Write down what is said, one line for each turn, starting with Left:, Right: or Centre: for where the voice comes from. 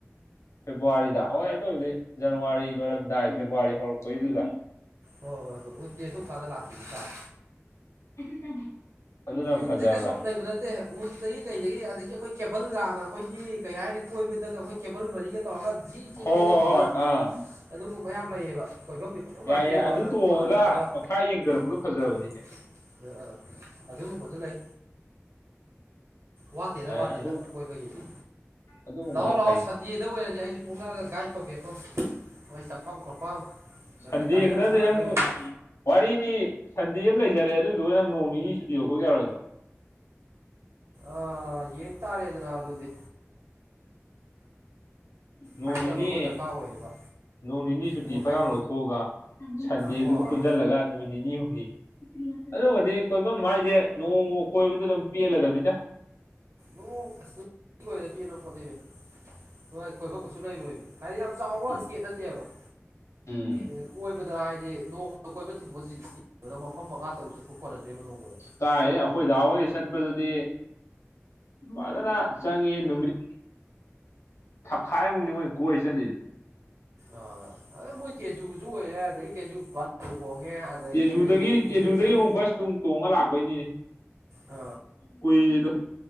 Left: ꯐꯦꯕꯋꯥꯔꯤꯗ ꯍꯣꯏ ꯑꯗꯨꯕꯨꯗꯤ ꯖꯅꯋꯥꯔꯤ ꯂꯣꯏꯔꯝꯗꯥꯏ ꯐꯦꯕꯋꯥꯔꯤ ꯍꯧꯔꯛꯄꯩꯗꯨꯗ
Right: ꯍꯣꯏ ꯍꯣꯏ ꯍꯣꯏ ꯎꯟꯗꯤ ꯑꯗꯨꯝꯀꯥꯟꯗ ꯂꯥꯛꯄꯥꯗꯤ ꯇꯥꯏ
Left: <unintelligible> ꯑꯗꯨꯅ
Right: ꯎꯟꯁꯦ
Left: ꯐꯖꯕ꯭ꯔꯥ
Right: ꯀꯩꯁꯨ ꯂꯩꯕ ꯅꯠꯇꯦ ꯅꯠꯇꯦ ꯎꯟꯗꯒꯤ ꯀꯩꯗꯒꯤ ꯑꯗꯒꯤ ꯑꯩꯈꯣꯏ ꯀꯦꯕꯜ ꯍꯥꯟꯅ ꯑꯩꯈꯣꯏꯒꯤ ꯀꯩ ꯍꯥꯏꯅꯤ ꯀꯣꯏꯕꯗꯒ ꯑꯩꯈꯣꯏ ꯀꯦꯕꯜ ꯃꯔꯤꯒ ꯇꯧꯔꯒ ꯖꯤꯔ ꯆꯦꯟꯕꯤ
Left: ꯍꯣꯏ
Right: ꯑꯗꯩ
Left: ꯍꯣꯏ ꯍꯣꯏ
Right: ꯕꯣꯗ
Left: ꯑꯥ
Right: ꯑꯗꯨꯒꯨꯝꯕ ꯃꯌꯥꯝ ꯂꯩꯕ ꯀꯣꯏꯐꯝꯗꯤ ꯀꯣꯏꯐꯝ
Left: ꯌꯥꯏ
Right: ꯉꯥꯛꯇꯅꯤ
Left: ꯌꯥꯏ
Right: ꯋꯥꯇꯔꯐꯣꯜ
Left: ꯑꯗꯨ ꯇꯣꯡꯉꯒ
Right: ꯑꯔꯛꯄꯗ
Left: ꯃꯈꯥ ꯌꯦꯡꯊꯔꯛꯄꯗꯣ
Right: ꯎꯝ
Left: ꯐꯖꯕꯅꯤꯅꯦ
Right: ꯎ ꯑꯗꯨꯒꯨꯝꯕꯗꯨ ꯂꯩ ꯋꯥꯠꯇꯦꯗ
Left: ꯑꯦ
Right: ꯋꯥꯠꯇꯦꯗ
Left: ꯑꯗꯨ
Right: ꯀꯣꯏꯕꯒꯤꯗꯤ
Left: ꯑꯗꯨꯒꯨꯝꯕꯅ
Right: ꯂꯥꯛꯑꯣ ꯂꯥꯛꯑꯣ
Left: ꯐꯩꯅꯦ
Right: ꯁꯟꯗꯦꯗ ꯑꯣꯏꯔꯗꯤ ꯑꯩꯁꯨ ꯊꯣꯛꯣꯂꯛꯑꯒ ꯒꯥꯏꯗ ꯇꯧꯒꯦꯀꯣ ꯅꯣꯏ ꯆꯠꯐꯝ ꯈꯣꯠꯐꯝ
Left: ꯁꯟꯗꯦ
Right: ꯑꯗꯩ ꯒꯥꯔꯤ
Left: ꯈꯛꯇꯗꯤ
Right: ꯄꯩꯁꯥ ꯉꯥꯡꯅꯕꯤꯕ
Left: ꯅꯪ ꯋꯥꯔꯤꯅꯤ ꯁꯟꯗꯦ ꯑꯃ ꯂꯩꯖꯔꯦ ꯑꯗꯨꯗꯨꯒ ꯅꯪ ꯅꯣꯡ ꯅꯤꯅꯤ ꯁꯨꯇꯤ ꯌꯧꯊꯣꯛ ꯌꯥꯔꯣꯏꯗ꯭ꯔꯣ
Right: ꯑ ꯌꯦꯡ ꯇꯥꯔꯦꯗꯅ ꯑꯗꯨꯗꯤ
Left: ꯅꯣꯡꯅꯤꯅꯤ
Right: ꯍꯥꯏꯅꯕ ꯑꯃ ꯗꯔꯀꯥꯔ ꯑꯣꯏꯌꯦꯕ
Left: ꯅꯣꯡ ꯅꯤꯅꯤ ꯁꯨꯇꯤ
Right: ꯑꯃꯨꯛ
Left: ꯐꯔ
Right: ꯍꯥꯏ
Left: ꯑꯃ ꯂꯧꯊꯣꯛꯑꯒ ꯁꯟꯗꯦꯗꯨꯒ
Right: ꯍꯣꯏ
Left: ꯄꯨꯟꯁꯤꯜꯂꯒ ꯅꯨꯃꯤꯠ ꯅꯤꯅꯤ ꯍꯨꯝꯅꯤ ꯑꯗꯨꯕꯨꯗꯤ ꯀꯣꯏꯐꯝ ꯍꯥꯏꯁꯦ ꯅꯣꯡꯃ ꯀꯣꯏꯕꯗ ꯑꯗꯨꯝ ꯄꯦꯜꯂꯗꯕꯅꯤꯗ
Right: ꯑꯣ ꯑꯗꯨꯒꯤ ꯑꯣꯏꯅ ꯄꯤꯕ ꯄꯣꯠꯅꯦꯃꯦ꯫ ꯍꯣꯏ ꯀꯣꯏꯐꯝꯒꯁꯨ ꯂꯩꯔꯣꯏꯕ ꯍꯥꯏꯗꯤ ꯌꯥꯝ ꯆꯥꯎꯕ
Left: ꯎꯝ
Right: ꯏꯁꯇꯦꯠ ꯅꯠꯇꯦꯕ
Left: ꯎꯝ
Right: ꯑꯦ ꯀꯣꯏꯕꯗ ꯍꯥꯏꯗꯤ ꯅꯣꯡꯃꯗ ꯀꯣꯏꯕ ꯊꯤꯡꯕ ꯍꯧꯖꯤꯗ ꯃꯐꯝ ꯃꯉꯥ ꯇꯔꯨꯛ ꯆꯠꯄ ꯈꯣꯟꯠꯅꯗꯦꯕ ꯅꯣꯡꯃꯗ
Left: ꯀꯥꯏꯗꯩ ꯑꯩꯈꯣꯏꯗꯥ ꯍꯣꯏ ꯆꯠꯄꯗꯨꯗꯤ ꯐꯖꯅ ꯆꯪꯉ ꯍꯦ ꯅꯨꯃꯤꯠ ꯊꯛꯈꯥꯏꯃꯨꯛꯅꯤ ꯃꯣꯏ ꯀꯣꯏ ꯆꯠꯂꯤꯁꯦ
Right: ꯑ ꯑꯗꯣ ꯃꯣꯏ ꯇꯦꯖꯨ ꯀꯨꯁꯨꯨ ꯑꯣꯏꯔꯦ ꯑꯗꯒꯤ ꯇꯁꯨꯨ ꯕꯁ ꯍꯣꯡꯒꯦ ꯑꯗꯒꯤ
Left: ꯇꯦꯖꯨꯗꯒꯤ
Right: ꯂꯩꯕ ꯑꯦꯀꯣꯃꯤꯗꯦꯁꯟ
Left: ꯇꯦꯖꯨꯗꯒꯤ ꯑꯃꯨꯛ ꯕꯁ ꯅꯨꯡ ꯇꯣꯡꯉ ꯂꯥꯛꯄꯩꯅꯤꯅꯦ
Right: ꯑ
Left: ꯀꯣꯏꯔꯤꯗꯣ